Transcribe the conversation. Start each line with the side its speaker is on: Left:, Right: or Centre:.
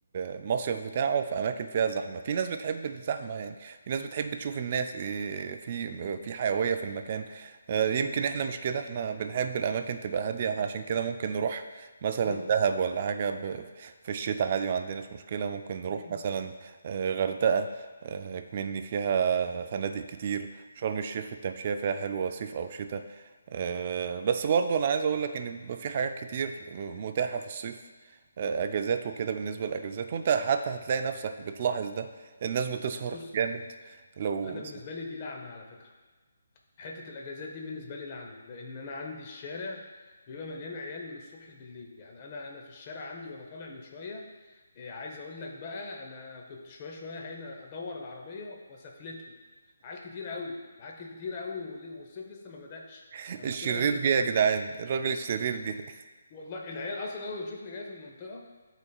Right: المصيف بتاعه في اماكن فيها زحمه في ناس بتحب الزحمه يعني في ناس بتحب تشوف الناس آه، في آه، في حيويه في المكان آه، يمكن احنا مش كده احنا بنحب الاماكن تبقى هاديه عشان كده ممكن نروح مثلا
Left: مم.
Right: دهب ولا حاجه ب- في الشتاء عادي ما عندناش مشكله ممكن نروح
Left: مم.
Right: مثلا آه، غردقه آه، مني فيها فنادق كتير شرم الشيخ التمشية فيها حلوة صيف أو شتاء آه، بس برضو أنا عايز أقول لك إن بيبقى في حاجات كتير متاحة في الصيف آه، أجازات وكده بالنسبة للأجازات وأنت حتى هتلاقي نفسك بتلاحظ ده الناس بتسهر
Left: بص
Right: جامد لو
Left: انا
Right: مثلا
Left: بالنسبه لي دي لعنه على فكره حته الاجازات دي بالنسبه لي لعنه لان انا عندي الشارع بيبقى مليان عيال من الصبح بالليل يعني انا انا في الشارع عندي وانا طالع من شويه إيه، عايز اقول لك بقى انا كنت شويه شويه هنا ادور العربيه وسفلتهم عيال كتير قوي عيال كتير قوي والصيف لسه ما بدأش
Right: <laughs>
Left: المشكله
Right: الشرير
Left: ان الصيف
Right: جه
Left: لسه
Right: يا جدعان
Left: ما جاش
Right: الراجل الشرير جه
Left: والله العيال اصلا اول ما بتشوفني جاي في المنطقه